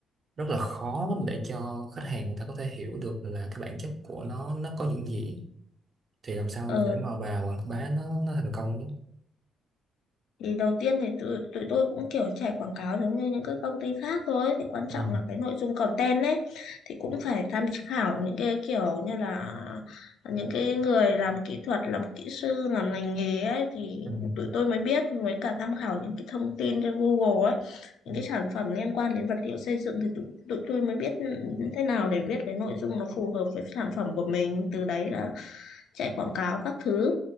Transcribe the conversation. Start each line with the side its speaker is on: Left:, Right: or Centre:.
Right: rất là khó để cho khách hàng người ta có thể hiểu được là cái bản chất của nó nó có những gì thì làm sao
Left: ờ,
Right: để mà bà quảng bá nó nó thành công
Left: thì đầu tiên thì tụi, tụi tôi cũng kiểu chạy quảng cáo giống như những cái công ty khác thôi thì quan
Right: ừ.
Left: trọng là cái nội dung content ấy thì cũng phải tham khảo những cái kiểu như là những cái người làm kỹ thuật làm kỹ sư làm lành nghề ấy thì
Right: Ừ.
Left: tụi tôi mới biết với cả tham khảo những cái thông tin trên Google ấy những
Right: Ừ.
Left: cái sản phẩm liên quan đến vật liệu xây dựng thì tụi, tụi tôi mới biết ừ, thế nào để viết cái nội dung nó phù hợp với sản phẩm của mình từ đấy là chạy quảng cáo các thứ